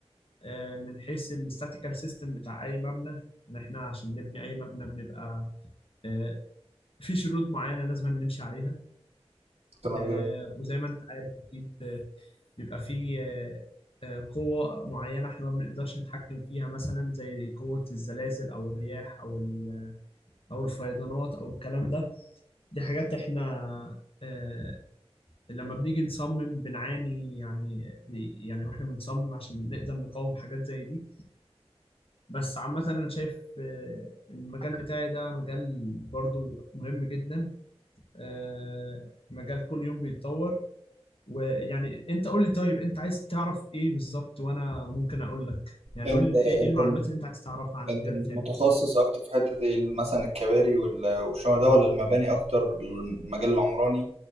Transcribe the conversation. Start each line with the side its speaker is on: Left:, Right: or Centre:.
Left: آه من حيث الاستاتيكال سيستم بتاع أي مبنى يعني إحنا عشان نبني أي مبنى بنبقى آه في شروط معينة لازم نمشي عليها
Right: كلام
Left: آه
Right: جميل
Left: وزي ما أنت عارف أكيد آه، بيبقى فيه آه، آه، قوة معينة احنا ما بنقدرش نتحكم فيها مثلا زي قوة الزلازل أو الرياح أو ال- أو الفيضانات أو الكلام ده دي حاجات احنا آه، لما بنيجي نصمم بنعاني يعني بي- يعني واحنا بنصمم عشان نقدر نقاوم حاجات زي دي بس عامة أنا شايف آه، المجال بتاعي ده مجال برضو مهم جدا آه، مجال كل يوم بيتطور ويعني انت قول لي طيب انت عايز تعرف ايه بالظبط وانا ممكن اقول لك يعني
Right: انت
Left: قول لي ايه إيه
Right: انت
Left: المعلومات اللي انت عايز تعرفها عن المجال
Right: انت
Left: بتاعي
Right: متخصص اكتر في حتة ايه مثلا الكباري وال- والشغل ده ولا المباني اكتر المجال العمراني